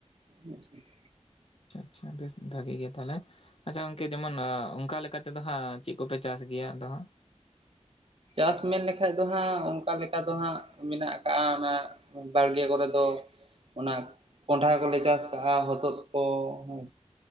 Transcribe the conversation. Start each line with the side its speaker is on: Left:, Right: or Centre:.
Right: ᱟᱪᱪᱷᱟ᱾
Left: ᱟᱪᱷᱟ ᱵᱮᱥ ᱵᱷᱟᱜᱮ ᱜᱮᱭᱟ᱾ ᱛᱟᱞᱦᱮ ᱟᱪᱪᱷᱟ ᱜᱚᱝᱠᱮ ᱡᱮᱢᱚᱱ ᱚᱱᱠᱟ ᱞᱮᱠᱟᱛᱮᱫᱚ ᱦᱟᱸᱜ, ᱪᱮᱫ ᱠᱚ-ᱯᱮ ᱪᱟᱥ ᱜᱮᱭᱟ᱾ ᱟᱫᱚ ᱦᱟᱸᱜ
Right: ᱪᱟᱥ ᱢᱮᱱ ᱞᱮᱠᱷᱟᱡ ᱫᱚ ᱦᱟᱸᱜ᱾ᱚᱱᱠᱟ ᱞᱮᱠᱟ ᱫᱚ ᱦᱟᱸᱜ᱾ ᱢᱮᱱᱟ-ᱜ ᱟᱠᱟᱜᱼᱟ᱾ ᱚᱱᱟ ᱵᱟᱲᱜᱮ ᱠᱚᱨᱮ ᱫᱚ ᱚᱱᱟ ᱠᱚᱸᱰᱦᱟ ᱠᱚᱞᱮ ᱪᱟᱥ ᱠᱟᱜᱼᱟ᱾ ᱦᱚᱛᱚᱫ ᱠᱚ᱾ ᱦᱮᱸ